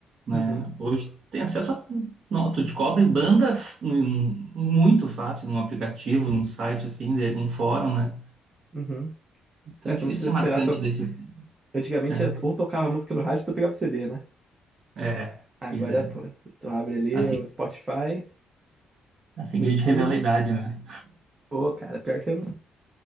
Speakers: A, on the right; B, on the right.
A: né?
B: Uhum,
A: Hoje tu tem acesso a... não, tu descobre banda f- num- muito fácil num aplicativo, num site assim, de- num fórum, né?
B: uhum.
A: Então
B: É,
A: é difícil
B: tu não precisa
A: ser marcante
B: esperar. To...
A: desse...
B: Antigamente,
A: É,
B: era- ou tocava a música no rádio, tu pegava o CD, né?
A: é,
B: Agora,
A: pois é.
B: pô, tu abre ali
A: Assim,
B: o Spotify,
A: assim
B: o
A: que
B: YouTube.
A: a gente revela a idade, né?
B: Pô, cara, pior que eu não